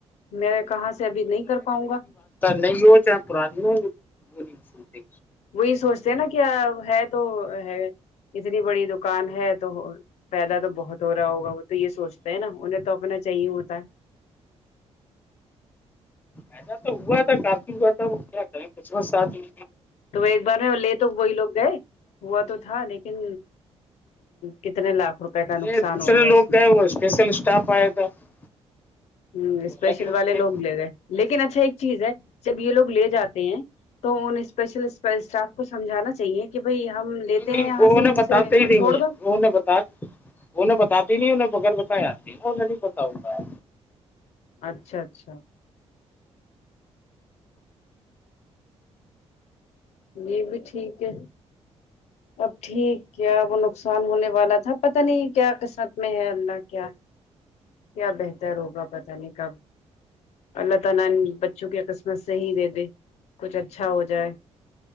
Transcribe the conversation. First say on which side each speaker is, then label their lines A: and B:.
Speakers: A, on the left; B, on the left.
A: میں کہاں سے ابھی نہیں کر پاؤں گا
B: نہی ہو چاہے پرانی ہو وہ وہ نہیں ستے
A: وہی سوچتے ہیں نا کہ ہے تو ہے اتنی بڑی دکان ہے تو پائیدہ تو بہت ہو رہا ہوگا وہ تو یہ سوچتا ہے نا انہیں تو اپنا چاہیے ہوتا ہے
B: ایسا تو ہوا تھا کافی ہوا تھا وہ کیا کریں کچھ و ساتھ ل
A: تو وہ ایک بار میں لے تو وہی لوگ گئے ہوا تو تھا لیکن کتنے لاکھ روپئے کا
B: لے
A: نقصان
B: دوسرے
A: ہو گیا
B: لوگ
A: اس میں
B: گئے وہ اسپیشل اسٹاف آیا تھا وہ
A: ہمم اسپیشل
B: الگ
A: والے
B: تھے
A: لوگ لے گئے لیکن اچھا ایک چیز ہے جب یہ لوگ لے جاتے ہیں تو اسپیشل اسٹاف کو سمجھانا چاہیے کہ بھائی ہم لیتے
B: نہیں نہیں
A: ہیں یہاں
B: وہ
A: سے
B: نے
A: ان
B: بتاتے
A: سے ان کو
B: ہی
A: چھوڑ
B: نہیں ہیں
A: دو
B: وہ نے بتا انہیں بتات نہیں انہیں بیر بتائی آتی نا انہ نہیں پتا ہوتا ہے
A: اچھا اچھا یہ بھی ٹھیک ہے اب ٹھیک کیا وہ نقصان ہونے والا تھا پتہ نہیں کیا قسمت میں ہے اللہ کیا کیا بہتر ہوگا پتہ نہیں کب اللہ تعالی ان بچوں کے قسمت صحی ہی دے دے